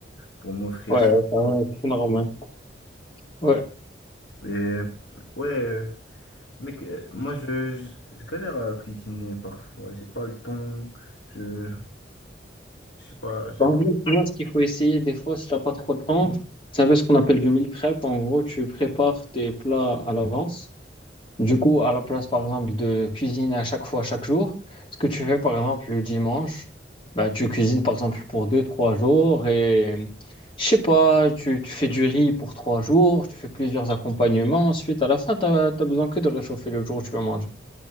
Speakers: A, on the left; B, on the left.
A: pour m'offrir.
B: ouais,
A: ces
B: ça va,
A: trucs.
B: c'est normal. Ouais.
A: Et ouais, euh, mec, euh, moi je, je, je galère à cuisiner parfois, j'ai pas le temps, je, je sais pas, à chaque
B: Bah, En gros,
A: fois.
B: tu ce qu'il faut essayer des fois, si t'as pas trop de temps, c'est un peu ce qu'on appelle du meal prep. En gros, tu prépares tes plats à l'avance. Du coup, à la place, par exemple, de cuisiner à chaque fois, chaque jour, ce que tu fais, par exemple, le dimanche, bah, tu cuisines, par exemple, pour deux, trois jours et, je sais pas, tu, tu fais du riz pour trois jours, tu fais plusieurs accompagnements. Ensuite, à la fin, t'as, t'as besoin que de réchauffer le jour où tu vas manger.